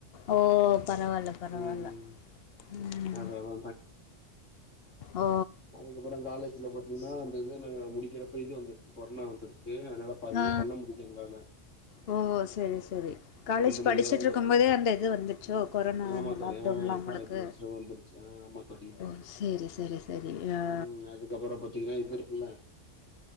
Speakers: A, on the left; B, on the left.
A: ஓ பரவால்ல பரவால்ல
B: ம்
A: ம்
B: அததா
A: ஓ
B: அதுக்கப்றோ காலேஜ்ல பாத்தீங்ன்னா அந்த இன்டர்னல் வேல முடிக்கிறப்ப இது வந்துருச்சி கொரனா வந்துருச்சி தேன நடப்பாதி
A: ஆ
B: இது பண்ண முடில எங்ளால
A: ஓ செரி செரி காலேஜ்
B: மூணு
A: படிச்சிட்ருக்கும்
B: தடவ வந்து
A: போதே அந்த இது வந்திச்சோ கொரனா
B: ஆமா
A: அந்த
B: தோழி
A: லாக்டவுன்
B: ஆ
A: லா உங்களுக்கு
B: காலேஜ் படிச்சுட்டு வந்துருச்சு ஆ ஆமா தோழி
A: ஓ செரி செரி செரி ஆ
B: ம் அதுக்கப்புறோ பாத்தீங்கன்னா இது இருக்குல்ல